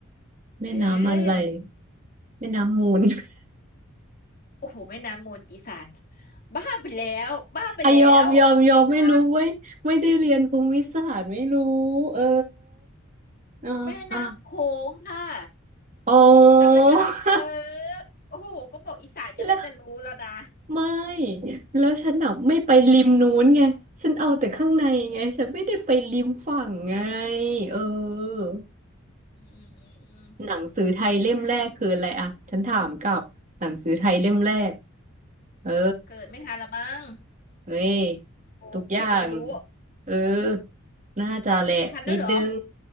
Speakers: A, on the right; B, on the left.
A: แม่น้ำอะไร
B: เออ
A: แม่น้ำมูล <laughs>
B: โอ้โหแม่น้ำมูลอีสานบ้าไปแล้วบ้าไปแล้ว
A: อะยอมยอมยอมไม่รู้ไว้ยไม่ได้เรียนภูมิศาสตร์ไม่รู้
B: ใช่
A: เอออ่าอ่า
B: แม่น้ำโขงค่ะ
A: อ๋อ <laughs>
B: จำได้ยังเออโอ้โหก็บอกอีสานก็ได้จะรู้แล้วนะ
A: แล้วไม่แล้วฉันอ่ะไม่ไปริมนู้นไงฉันเอาแต่ข้างในไงฉันไม่ได้ไปริมฝั่งไง
B: เอาลืมที
A: เออ
B: อืมอืมอืมอืม
A: หนังสือไทยเล่มแรกคืออะไรอะฉันถามกลับหนังสือไทยเล่มแรก
B: อ่ะเอา
A: เออ
B: เกิดไม่ทันละมั้ง
A: เฮ้ย
B: โอ้ใครจะไปรู้
A: ทุกอย่างเออน่าจะแหละนิดนึง
B: ทันด้วยเหรอ